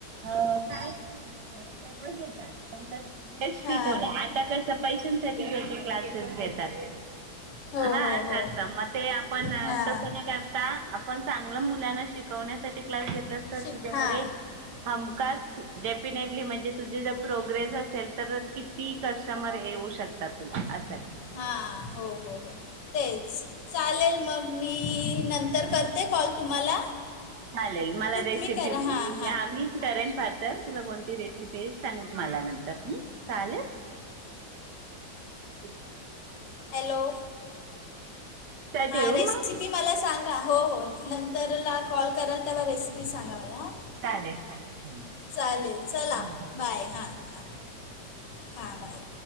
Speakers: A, on the right (about 70°); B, on the left (about 80°).
A: अ काय मा का सर्व घेतात पणे शिकव
B: हां
A: त्या कस पैशांसाठी ज तो क्लासेस घेता
B: हो
A: हा
B: हो
A: असं
B: हो
A: असत मग ते आपण
B: हां
A: तसं नाही काय आता आपण चांगल्या मुलांना शिकवण्यासाठी क्लास घेतला तर
B: शिक
A: तुझ्याकडे
B: हां
A: हमखच डेफिनेटली म्हणजे तुझी जर प्रोग्रेस असेल तर किती कस्टमर येऊ शकतात तुला असं आहे
B: हा हो हो हो तेच चालेल मग मी नंतर करते कॉल तुम्हाला
A: चालेल मला
B: तुम्ही
A: रेसिपी
B: करा हां हां
A: मीच करेन पाते तर तुला कोणती रेसिपी आहे सांग मला नंतर चालेल ठीक आहे
B: हॅलो
A: चल
B: हा
A: ठेवू
B: रेसिपी
A: मग
B: मला सांगा हो हो नंतर कॉल कराल तेव्हा रेसिपी सांगा मला
A: चालेल चालेल चा
B: चालेल चला
A: ठी
B: बाय
A: आहे
B: हां हां
A: बाय
B: हां बाय